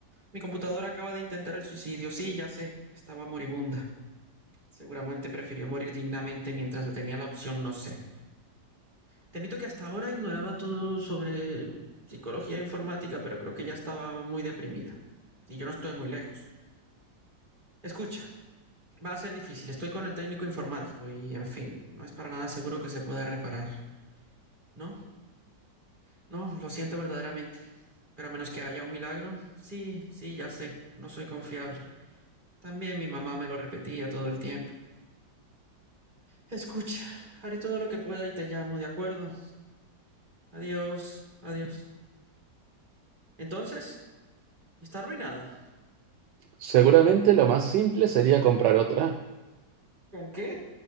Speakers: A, on the right (about 25°); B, on the right (about 75°).
A: Mi computadora acaba de intentar el suicidio. Sí, ya sé. Estaba moribunda. Seguramente prefirió morir dignamente mientras le tenía la opción, no sé. Te admito que hasta ahora ignoraba todo sobre psicología informática, pero creo que ya estaba muy deprimida. Y yo no estoy muy lejos. Escucha. Va a ser difícil, estoy con el técnico informático y, en fin, no es para nada seguro que se pueda reparar. No, no, lo siento verdaderamente, pero a menos que haya un milagro, sí, sí, ya sé, no soy confiable. También mi mamá me lo repetía todo el tiempo. Escucha, haré todo lo que pueda y te llamo, ¿de acuerdo? Adiós, adiós. Entonces, está arruinada.
B: Seguramente lo más simple sería comprar otra.
A: ¿Con qué?